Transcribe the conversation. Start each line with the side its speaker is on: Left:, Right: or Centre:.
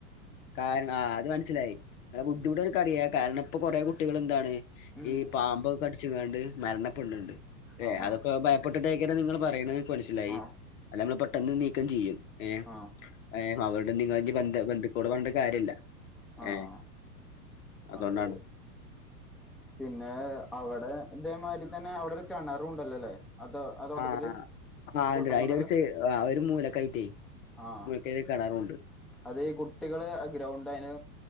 Left: കാരണം ആ അത് മനസ്സിലായി. അെ ബുദ്ധിമുട്ടക്കറിയ കാരണം ഇപ്പൊ കുറെ കുട്ടികള്ന്താണ്
Centre: ഉം
Left: ഈ പാമ്പൊക്കെ കടിച്ച്ങ്ങാണ്ട് മരണ ണ്ട്
Centre: ആഹ്
Left: അതൊക്കെ ഭയപ്പെട്ടിട്ട് നിങ്ങള് പറയണ് മനസ്സിലായി
Centre: ആഹ്
Left: അല്ലമ്മള് പെ എന്ന് നീക്കം ചെയ്യും. ഏ
Centre: ആഹ് ആഹ്
Left: ഏമാ നിങ്ങ‌ജ് ബന്ത ബന്ദു ടുവേണ്ട കാര്യല്ല.
Centre: ആഹ്
Left: ഏ അതൊണ്ടാണ്.
Centre: അതെ പിന്നെ അവിടെ ഇതേമായി തന്നെ അവിടെ ഒരു കെണാറുംണ്ടല്ലോല്ലേ. അതോ ആതോട്ടത്തില്
Left: ആഹ് ആഹ്
Centre: പൊട്ടക്കെണറ്
Left: ഇണ്ട് അയിലൊരു സൈ ആഹ് ഒരു മൂലക്കായിട്ടേ
Centre: ആഹ് ആഹ്
Left: മൂലക്കൊരു കെണറുണ്ട്
Centre: അത് ഈ കുട്ടികള് ഗ്രൗണ്ട് അതിന്